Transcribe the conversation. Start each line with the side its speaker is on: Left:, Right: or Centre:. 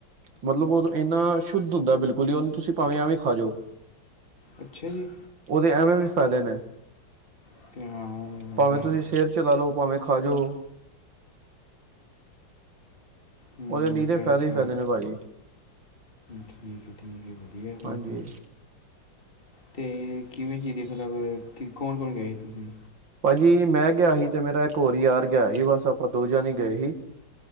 Right: ਮਤਲਬ ਉਹ ਇੰਨਾ ਸ਼ੁੱਧ ਹੁੰਦਾ ਬਿਲਕੁਲ ਹੀ ਉਹਨੂੰ ਤੁਸੀਂ ਭਾਵੇਂ ਐਵੇਂ ਖਾ ਜਾਓ
Left: ਅੱਛਾ ਜੀ
Right: ਉਹਦੇ ਐਵੇਂ ਵੀ ਫਾਇਦੇ ਨੇ
Left: ਅਤੇ ਹਾਂ ਉਹ
Right: ਭਾਵੇਂ
Left: ਉਹ ਤਾਂ ਹੈ
Right: ਤੁਸੀਂ ਸਰ ਚਲਾ ਲਓ ਭਾਵੇਂ ਖਾ ਜੋ
Left: ਹੂੰ
Right: ਉਹਦੇ ਨੀਹਰੇ
Left: ਅੱਛਾ ਅੱਛਾ
Right: ਫਾਇਦੇ ਹੀ ਫਾਇਦੇ ਨੇ ਭਾਜੀ
Left: ਠੀਕ ਹੈ ਠੀਕ ਹੈ ਵਧੀਆ ਫਿਰ
Right: ਹਾਂਜੀ
Left: ਤਾਂ ਤੇ ਕਿਵੇਂ ਚੀਰੇ ਮਤਲਬ ਕੌਣ ਕੌਣ ਗਏ ਸੀ ਤੁਸੀਂ
Right: ਭਾਜੀ ਮੈਂ ਗਿਆ ਸੀ ਤੇ ਮੇਰਾ ਇੱਕ ਹੋਰ ਯਾਰ ਗਿਆ ਸੀ ਬਸ ਆਪਾਂ ਦੋ ਜਾਣੇ ਗਏ ਸੀ